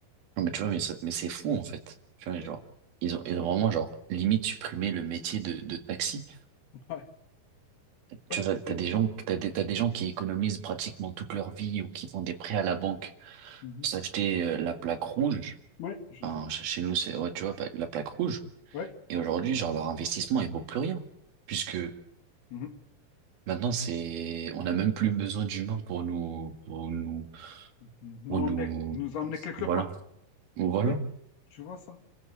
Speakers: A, on the right (about 70°); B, on the left (about 75°).
A: Non, mais tu vois, mais, ça- mais c'est fou en fait. Tu vois,
B: Oui.
A: genre, ils ont, ils ont vraiment genre limite supprimé le métier de, de taxi.
B: Ouais,
A: Tu
B: ouais,
A: vois,
B: c'est-
A: t'as des gens, t'as des, t'as des gens qui économisent pratiquement toute leur vie ou qui font des prêts à la banque
B: Mhm.
A: pour s'acheter euh, la plaque rouge.
B: Ouais, je
A: Enfin,
B: suis.
A: ch- chez nous, c'est, ouais, tu vois, bah, la plaque rouge.
B: Ouais.
A: Et aujourd'hui, genre, leur investissement, il vaut plus rien puisque
B: Mhm.
A: Maintenant, c'est, on n'a même plus besoin d'humains pour nous, pour nous,
B: Nous
A: pour nous,
B: emmener, nous emmener quelque
A: voilà,
B: part.
A: voilà.
B: Oui, je vois ça.